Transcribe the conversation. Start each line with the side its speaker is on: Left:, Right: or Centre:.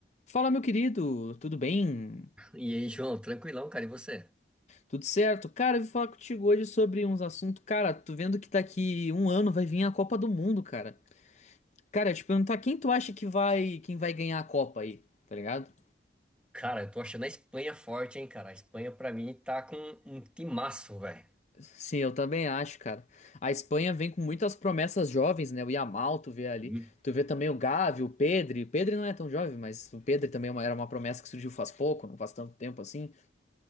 Left: Fala, meu querido, tudo bem?
Centre: E aí, João, tranquilão, cara, e você?
Left: Tudo certo? Cara, eu vim falar contigo hoje sobre uns assuntos. Cara, tô vendo que daqui um ano vai vir a Copa do Mundo, cara. Cara, eu te perguntar quem tu acha que vai, quem vai ganhar a Copa aí, tá ligado?
Centre: Cara, eu tô achando a Espanha forte, hein, cara. A Espanha, pra mim, tá com um timaço, velho.
Left: Sim, eu também acho, cara. A Espanha vem com muitas promessas jovens, né? O Yamal, tu vê ali.
Centre: Hum.
Left: Tu vê também o Gavi, o Pedri. O Pedri não é tão jovem, mas o Pedri também é uma- era uma promessa que surgiu faz pouco, não faz tanto tempo assim.